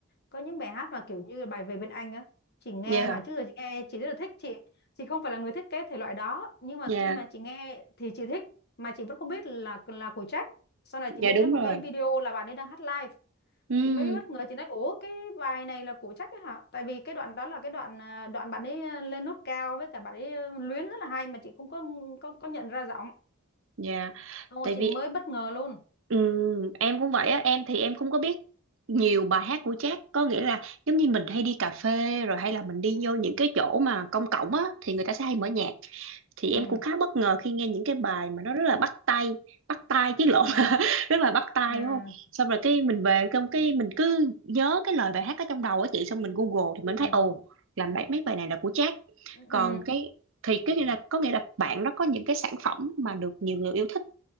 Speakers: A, on the left; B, on the right.
A: có những bài hát mà kiểu như bài về bên anh á chị nghe
B: dạ
A: mà trước giờ chị nghe chị rất là thích chị chị không phải là người thiết kế thể loại đó nhưng mà
B: dạ
A: khi mà chị nghe thì chị thích mà chị vẫn không biết là là của Jack sau này
B: dạ
A: chị mới
B: đúng
A: thấy một
B: rồi
A: cái video là bạn ấy đang hát live
B: ừ
A: chị mới bất ngờ chị nói ủa cái bài này là của Jack ấy hả tại vì cái đoạn đó là cái đoạn à, đoạn bạn ấy à, lên nốt cao với cả bạn ấy à, luyến rất là hay mà chị không có có, có nhận ra giọng
B: dạ
A: xong rồi
B: tại
A: chị
B: vì
A: mới bất ngờ luôn
B: ừ, em cũng vậy á em thì em không có biết nhiều bài hát của Jack có nghĩa là giống như mình hay đi cà phê rồi hay là mình đi
A: ừ
B: vô những cái chỗ mà công cộng á thì người ta sẽ hay mở nhạc thì em
A: ừ
B: cũng khá bất ngờ khi nghe những cái bài mà nó rất là bắt tay bắt tai chứ lộn
A: ừ
B: <laughs> rất là bắt tai
A: ừ
B: đúng không xong rồi cái mình về xong cái mình cứ nhớ cái lời bài hát ở trong đầu á chị xong mình Google thì mình
A: ừ
B: thấy ồ làm bài mấy bài này là của Jack
A: ừ
B: còn
A: ừ
B: cái thì cái nghĩa là có nghĩa là bạn nó có những cái sản phẩm mà được nhiều người yêu thích